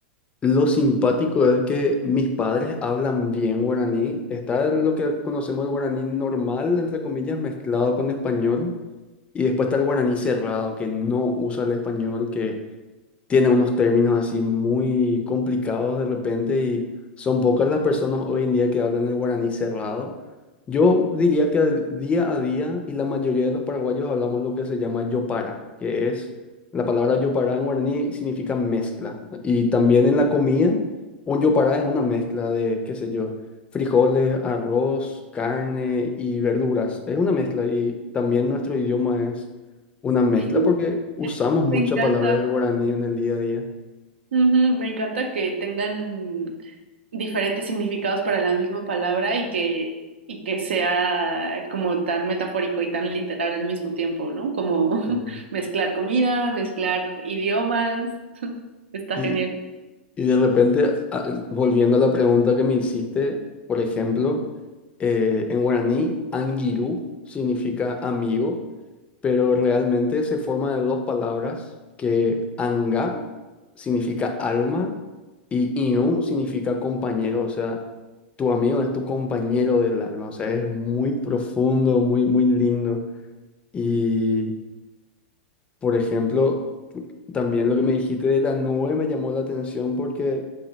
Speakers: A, on the left; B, on the right.
A: lo simpático es que mis padres hablan bien guaraní. Está lo que conocemos el guaraní normal, entre comillas, mezclado con español. Y después está el guaraní cerrado, que no usa el español, que tiene unos términos así muy complicados de repente y son pocas las personas hoy en día que hablan el guaraní cerrado. Yo diría que día a día y la mayoría de los paraguayos hablamos lo que se llama yopara, que es la palabra yopara en guaraní significa mezcla. Y también en la comida, un yopara es una mezcla de, qué sé yo frijoles, arroz, carne y verduras. Es una mezcla y también nuestro idioma es una mezcla
B: <laughs>
A: porque usamos mucha
B: Me encanta.
A: palabra del guaraní en el día a día.
B: Ujú, Me encanta que tengan diferentes significados para la misma palabra y que, y que sea como tan metafórico y tan literal al mismo tiempo, ¿no? Como <laughs>
A: Eh,
B: mezclar comida, mezclar idiomas. <laughs> Está
A: Y,
B: genial.
A: y de repente, a- volviendo a la pregunta que me hiciste, por ejemplo, eh, en guaraní, angiru significa amigo, pero realmente se forma de dos palabras, que anga significa alma y inu significa compañero, o sea, tu amigo es tu compañero del alma, o sea, es muy profundo, muy, muy lindo. Y Por ejemplo, también lo que me dijiste de la nube me llamó la atención porque